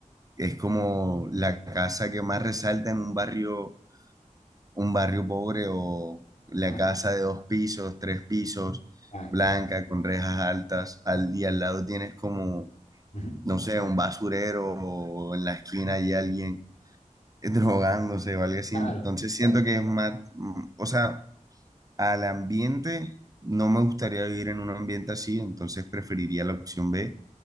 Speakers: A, on the right; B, on the left.
A: es como la casa que más resalta en un barrio, un barrio pobre o la
B: ajá,
A: casa de dos pisos, tres pisos,
B: claro,
A: blanca,
B: claro.
A: con rejas altas. Al día al lado tienes como,
B: Ujú.
A: no sé, un basurero o en la esquina hay alguien drogándose o algo así.
B: Claro,
A: Entonces
B: claro.
A: siento que es más, mm, o sea, al ambiente, no me gustaría vivir en un ambiente así, entonces preferiría la opción B